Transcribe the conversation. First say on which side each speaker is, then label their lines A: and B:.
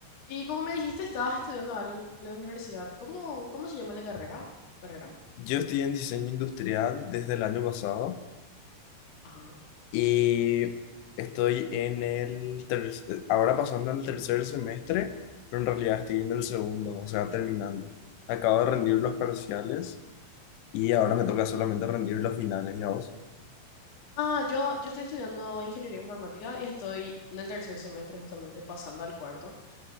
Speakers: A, on the left; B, on the left.
A: Y como me dijiste, estabas estudiando algo en la universidad. ¿Cómo, cómo se llama la carrera? ¿Carrera?
B: Yo estoy en diseño industrial desde el año pasado
A: Ajá.
B: y estoy en el ter- ahora pasando al tercer semestre, pero en realidad estoy en el segundo, o sea, terminando. Acabo de rendir los parciales y ahora me toca solamente rendir los finales, ya vos.
A: Ah, yo, yo estoy estudiando ingeniería informática y estoy en el tercer semestre, justamente pasando al cuarto.